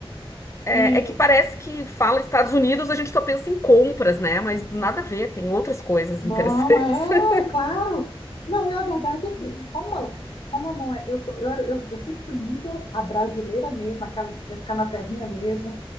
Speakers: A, on the left; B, on the left.
A: é,
B: E
A: é que parece que fala Estados Unidos, a gente só pensa em compras, né? Mas nada a ver, tem outras coisas
B: não
A: interessantes.
B: é,
A: <laughs>
B: claro. Não, e na verdade, assim,
A: Uhum.
B: como eu, como eu não é, eu sou, eu era, eu, eu sempre fui muito a brasileira mesmo, aquela que quer ficar na terrinha mesmo.